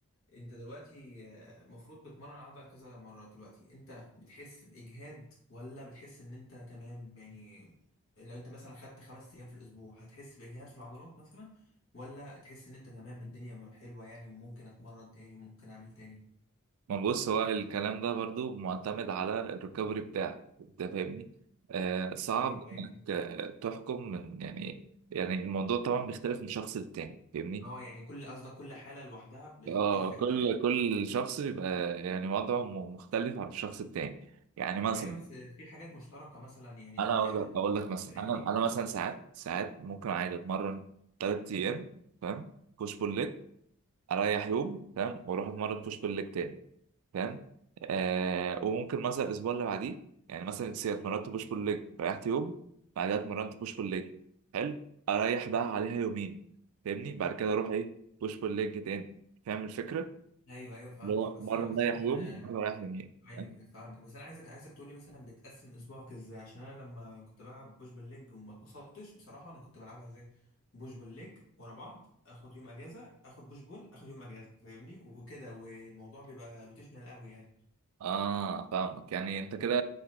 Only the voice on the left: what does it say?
انت دلوقتي المفروض بتمرن العضله كذا مره دلوقتي انت بتحس باجهاد ولا بتحس ان انت تمام يعني لو انت مثلا خدت خمس ايام في الاسبوع هتحس باجهاد في العضلات مثلا ولا تحس ان انت تمام الدنيا حلوه يعني وممكن اتمرن تاني وممكن اعمل تاني
ايوه ايوه
اه يعني كل قصدك كل حاله لوحدها بتفرق
معاك
ايوه بس في حاجات مشتركه مثلا يعني
فاهمني
ايوه ايوه فهمتك
بس
انا مثلا
ايوه
فهمتك بس انا عايزك عايزك تقول لي مثلا بتقسم اسبوعك ازاي عشان انا لما كنت بلعب بوش بالليج وما اتبسطتش بصراحه انا كنت بلعبها ازاي بوش بالليج ورا بعض اخد يوم اجازه اخد بوش بول اخد يوم اجازه فاهمني وكده والموضوع بيبقى روتيشنال قوي يعني